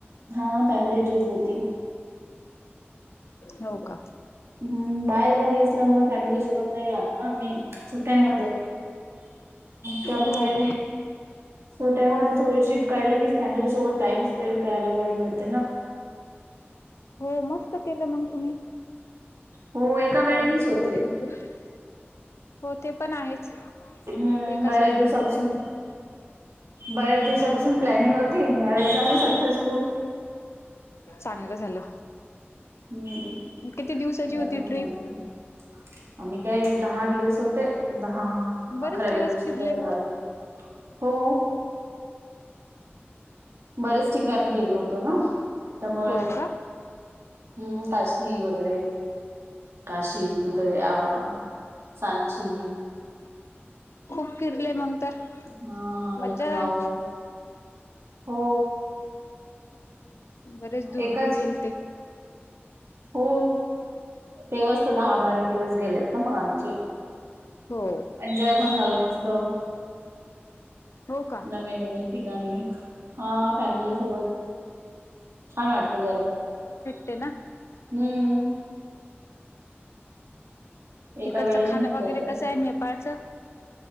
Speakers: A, on the right; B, on the left.
A: हा फॅमिली ट्रिप होती
B: हो का
A: हम्म बाहेर घरी असल्यामुळे फॅमिली सोबत नाही राहत ना मी काय ते मग त्यामुळे
B: हो हो
A: सुट्ट्या मध्ये थोडीशी काळली की फॅमिली सोबत टाईम स्पेंड करायला वेळ मिळते ना.
B: हो मस्त केलं मग तुम्ही?
A: हो एका वेळेनेच
B: फॅमिली सोबत
A: होते
B: एन्जॉय हो ते पण आहेच.
A: हम्म
B: एकाच
A: बऱ्याच
B: वेळाने
A: दिवसापासून
B: होते
A: बऱ्याच दिवसापासून प्लॅनिंग होती. यावेळेस झाली सक्सेसफुल
B: चांगलं झालं
A: हम्म
B: किती दिवसाची
A: मग
B: होती
A: जाऊन
B: ट्रीप?
A: आल्या आम्ही आम्ही काय दहा दिवस होते दहा
B: बरेच
A: अकराव्या
B: दिवस
A: दिवशी
B: फिरले
A: परत
B: मग
A: आलो. हो. बरेच ठिकाणी गेलो होतो ना त्यामुळे.
B: हो का
A: हम्म काशी वगैरे काशी,
B: हा
A: उदरया, सांची,
B: खूप फिरले मग तर
A: हा
B: मजा
A: लखनऊ
B: आहे.
A: हो
B: बरेच दूर
A: एकाच
B: दूर गेल ते.
A: हो तेव्हास तर दहा, बारा दिवस गेलेत ना मग आमचे.
B: हो
A: एन्जॉय पण झालो मस्त.
B: हो का
A: नवीन, नवीन ठिकाणी. हा फॅमिली सोबत छान वाटते जरा.
B: ते ना.
A: हम्म. एका
B: तिकडचं
A: वेळेने
B: खाण
A: होऊन
B: वगैरे
A: जाते
B: कसं आहे नेपाळचं?